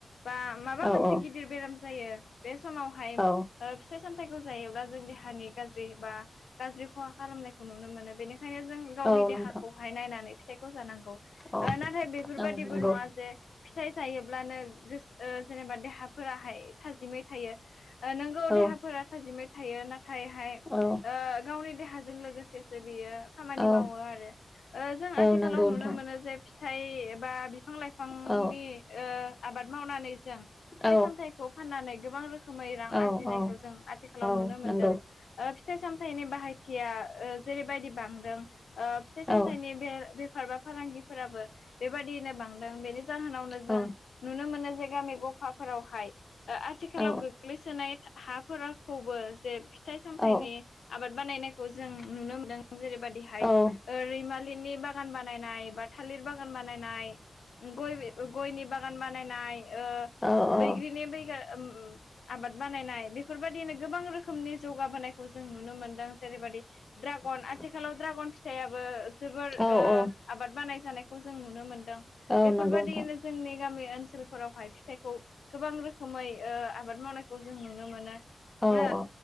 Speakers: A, on the left; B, on the left.
A: बा माबा
B: औ
A: मोनसे
B: औ
A: गिदिर बेराम जायो बे समावहाय
B: औ
A: ओ फिथाइ सामथायाइखौ जायोब्ला जों देहानि गाज्रि बा गाज्रि खहा खालामनायखौ नुनो मोनो बेनिखायनो जों गावनि
B: औ
A: देहाखौहाय
B: नोंथां
A: नायनानै फिथाइखौ जानांगौ।
B: औ
A: ओ नाथाय बेफोरबादिबो
B: औ नंगौ
A: नङा जे फि फिथाइ जायोब्लानो गोस ओ जेनेबा देहाफोराहाय थाजिमै थायो ओ नोंगौ
B: औ
A: देहाफोरा थाजिमै थायो नाथायहाय
B: औ
A: ओ गावनि देहाजों लोगोसे बियो खामानि
B: औ
A: मावो आरो ओ जों आथिखालाव
B: औ नंगौ
A: नुनो
B: नोंथां
A: मोनो जे फिथाइ बा बिफां लाइफांनि
B: औ
A: ओ आबाद मावनानै जों फिथाइ
B: औ
A: सामथाइखौ फाननानै गोबां रोखोम रोखोमै रां
B: औ
A: आरजिनायखौ
B: औ
A: जों आथिखालाव
B: औ
A: नुनो मोनदों
B: नंगौ
A: ओ फिथाइ सामथायनि बाहायथिया ओ जेरैबायदि बांदों ओ फिथाइ
B: औ
A: सामथायनि
B: औ
A: बे बेफार बा फालांगिफोराबो बेबायदियैनो बांदों बेनो जाहोनावनो
B: औ
A: जों नुनो मोनो जे गामि गफाफोरावहाय ओ आथिखालाव
B: औ
A: गोग्लैसोनाय हाफोराखौबो जे फिथाइ सामथाइनि
B: औ
A: आबाद बानायनायखौ जों नुनो मोनदों जेरैबायदिहाय
B: औ
A: ओ रैमालि नि बागान बानायनाय बा थालिर बागान बानायनाय गय बि गयनि बागान बानायनाय ओ
B: नोंथां
A: बैग्रिनि बेगो उम आबाद बानायनाय बे बेफोरबायदिनो गोबां रोखोमनि जौगाबोनायखौ जों नुनो मोनदों जेरैबायदि ड्रागन
B: नंगौ
A: आथिखालाव ड्रागन फिथाइयाबो जोबोर
B: औ
A: ओ
B: औ
A: आबाद बानाय जानायखौ जों नुनो मोनदों
B: औ
A: बेफोरबायदियैनो
B: नंगौ नोंथां
A: जों जोंनि गामि ओन फोरावहाय फिथाइखौ गोबां रोखोमै ओ आबाद मावनायखौ जों नुनो मोनो।
B: औ
A: म
B: औ